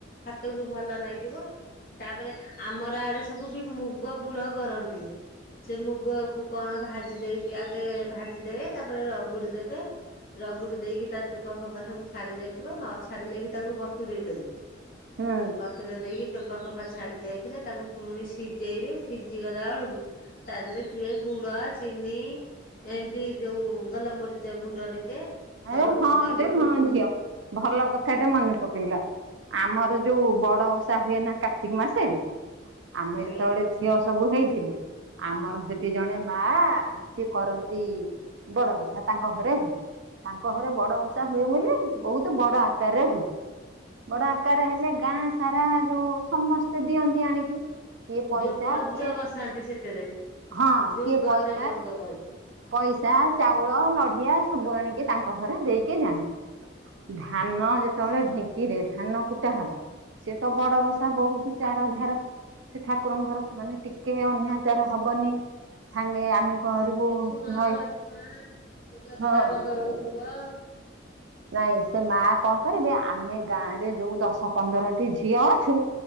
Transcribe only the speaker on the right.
ହୁଁ
ମୁଁ ହଁ
ରେ
ହଁ ଝିଅ ଭଲ କଥାଟେ ମନେ ପକେଇଲ ଆମର ଯୋଉ ବଡ ଓଷା ହୁଏ ନା କାର୍ତ୍ତିକ ମାସରେ ଆମେ
ଯେତେବେଳେ ଝିଅ ସବୁ ହେଇଥିଲୁ ଆମର ସେଠି ଜଣେ ମା ସିଏ କରନ୍ତି। ବଡ଼ ଉଷା ତାଙ୍କ ଘରେ ହୁଏ। ତାଙ୍କ ଘରେ ବଡ ଉଷା ହୁଏ ବୋଲି ବହୁତ୍ ବଡ଼ ଆକାରରେ ହୁଏ। ବଡ ଆକାର ହେଲେ ଗାଁ ସାରା ଯୋଉ ସମସ୍ତେ ଦିଅନ୍ତି ଆଣିକି କିଏ ପଇସା
କିଏ
ହଁ
କିଏ
ପଇସା
ପଇସା ଚାଉଳ ନଡିଆ ସବୁ ଆଣିକି ତାଙ୍କ ଘରେ ଦେଇକି ଯାଆନ୍ତି। ଧାନ ଯେତେବେଳେ ଢେଙ୍କି ରେ ଧାନ କୁଟା ହବ ସେ ତ ବଡ ଓଷା ବହୁତ ଚାରଧାର ସେ ଠାକୁରଙ୍କର ମାନେ ଟିକେ ଅନ୍ୟାଚାର ହବନି ସାଙ୍ଗେ ଆମେ କରିବୁ
ନଈ
ହଁ
ନାଇଁ ସେ ମା କଣ କରିବେ, ଆମେ ଗାଁ ରେ ଯୋଉ ଦଶ ପନ୍ଦରଟି ଝିଅ ଅଛୁ